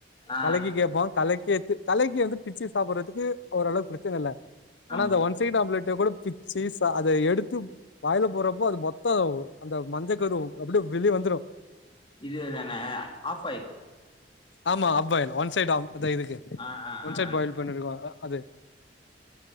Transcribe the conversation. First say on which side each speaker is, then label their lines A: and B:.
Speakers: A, on the left; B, on the left.
A: ஆ
B: கலைக்கி கேப்பா கலைக்கி எத்து கலைக்கி வந்து பிச்சு சாப்பறதுக்கு ஓரளவுக்கு பிரச்சன இல்ல ஆனா
A: ஆமா
B: அந்த ஒன் சைடு ஆம்லெட்டு கூட பிச்சு அத எடுத்து த்து வாயில போறப்போ அது மொத்தோ அந்த மஞ்ச கரு அப்டியே வெளியே வந்துரு
A: இதே தான ஆஃப்பாயில்
B: ஆமா ஆஃப்பாயில் ஒன் சைட் ஆம் இதுக்கு
A: ஆ ஆ
B: ஒன்
A: ஆ
B: சைட் பாயில் பண்ணிருப்பாங்க அது